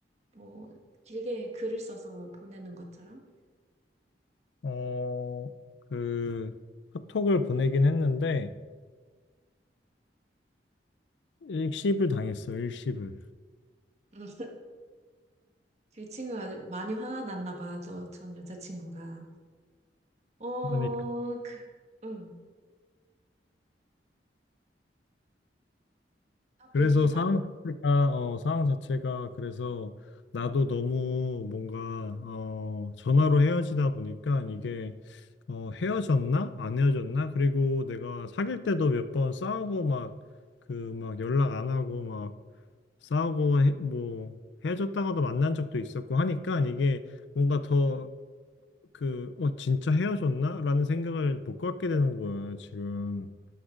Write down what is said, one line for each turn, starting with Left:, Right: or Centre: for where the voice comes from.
Right: 뭐 길게 글을 써서 보내는 것처럼.
Left: 어, 그 카톡을 보내긴 했는데 일십을 당했어. 일십을.
Right: 음. 그 친구가 많이 화났나 봐. 저 전 여자친구가. 어,
Left: 그러니까
Right: 그, 응. 딱
Left: 그래서
Right: 얘기해봐.
Left: 상황 자체가 어, 상황 자체가 그래서 나도 너무 뭔가 어, 전화로 헤어지다 보니까 이게 어, 헤어졌나? 안 헤어졌나? 그리고 내가 사귈 때도 몇 번 싸우고 막, 그, 막 연락 안 하고 막 싸우고 해- 뭐 헤어졌다가도 만난 적도 있었고 하니까 이게 뭔가 더 그, 어, 진짜 헤어졌나? 라는 생각을 못 갖게 되는 거야, 지금.